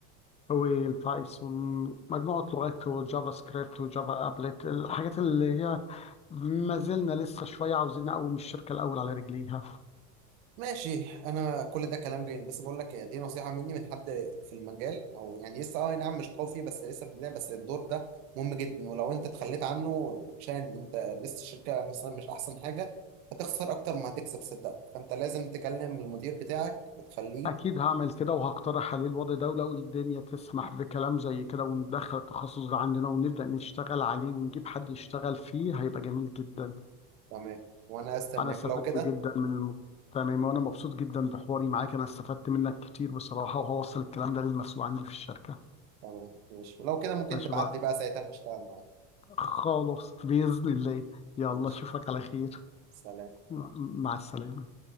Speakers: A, on the left; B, on the right.
A: والبايثون مجموعه لغات وجافا سكريبت وجافا ابلت الحاجات اللي هي ما زلنا لسه شوية عاوزين نقوم الشركة الأول على رجليها
B: ماشي انا كل ده كلام جميل بس بقول لك إيه، دي نصيحة مني من حد في المجال او يعني لسه اه نعم مش قوي فيه بس لسه في البداية بس الدور ده مهم جدا ولو انت اتخليت عنه عشان انت لسه الشركة مثلا مش احسن حاجة هتخسر اكتر ما هتكسب صدق فانت لازم تكلم المدير بتاعك وتخليه
A: أكيد هعمل كده وهقترح عليه الوضع ده ولو الدنيا تسمح بكلام زي كده وندخل التخصص ده عندنا ونبدأ نشتغل عليه ونجيب حد يشتغل فيه هيبقى جميل جدا
B: تمام وانا استناك
A: أنا استفدت
B: لو كده
A: جدا من الم... تمام وأنا مبسوط جدا بحواري معاك أنا استفدت منك كتير بصراحة وهوصل الكلام ده للمسؤول عندي في الشركة
B: تمام ماشي ولو كده ممكن
A: أشوفك
B: تبعت لي بقى ساعتها نشتغل معاك
A: خالص بإذن الله يلا
B: ماشي
A: أشوفك على خير
B: سلام
A: مع مع السلامة